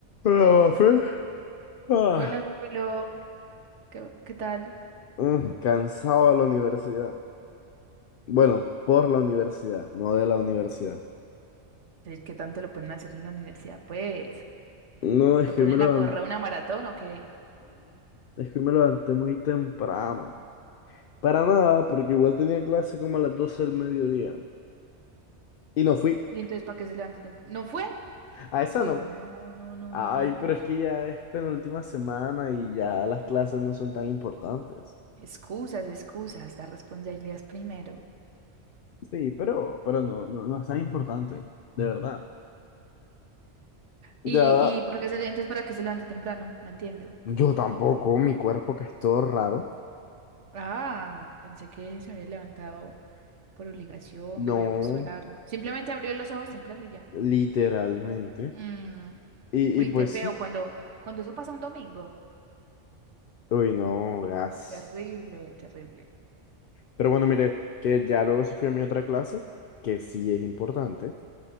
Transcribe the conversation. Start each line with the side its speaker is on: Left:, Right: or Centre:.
Left: Ah, fe. Ah.
Right: Hola Camilo, ¿qué, qué tal?
Left: Mm, cansado de la universidad. Bueno, por la universidad, no de la universidad.
Right: Sí, ¿Qué tanto lo ponen a hacer en la universidad? Pues,
Left: No, es
Right: ¿lo
Left: que
Right: ponen
Left: hoy me levanté,
Right: a correr una maratón o qué?
Left: es que hoy me levanté muy temprano. Para nada, porque igual tenía clase como a las 12 del mediodía. Y no fui.
Right: ¿Y entonces para qué se levantó temprano? ¿No fue?
Left: A esa
Right: Uy,
Left: no.
Right: no, no, no,
Left: Ay,
Right: no, no, no.
Left: pero es que ya es penúltima semana y ya las clases no son tan importantes.
Right: Excusas, excusas, dar responsabilidades primero.
Left: Sí, pero, pero no, no, no es tan importante, de verdad. Ya,
Right: ¿Y, y por qué se le- entonces para qué se levanta temprano? No entiendo.
Left: yo tampoco, mi cuerpo que es todo raro.
Right: Ah, pensé que se había levantado por obligación,
Left: No,
Right: que había puesto alarma. Simplemente abrió los ojos temprano y ya.
Left: literalmente.
Right: Mm,
Left: Y,
Right: Uy,
Left: y pues
Right: qué feo
Left: sí.
Right: cuando, cuando eso pasa un domingo.
Left: Uy, no, gas.
Right: Terrible, terrible.
Left: Pero bueno, mire, que ya luego se fue a mi otra clase, que sí es importante,